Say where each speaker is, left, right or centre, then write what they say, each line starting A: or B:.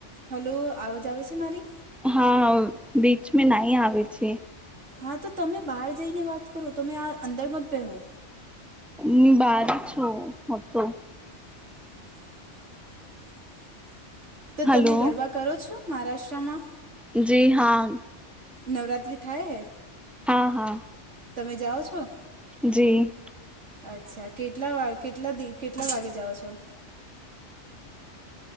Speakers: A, on the right; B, in the centre.
A: હલો, આવાજ આવેશે મારી?
B: હા, બીચ મે નાહી આવેે છે.
A: હા, તો તમે બહાર જઈને વાત કરો, તમે આ અંદરમત બેહો.
B: મી બાર છુ હું તો.
A: <unintelligible>
B: હલો
A: તમે ગરવા કરો છો, મારાષ્ટ્રામાં?
B: જી હા
A: નવરાત્રી થાય હે.
B: હા, હં.
A: તમે જાઓ છો.
B: જી.
A: અચ્છા, કેટલા વા કેટલા દિવસ કેટલા વાગે જાઓ છો?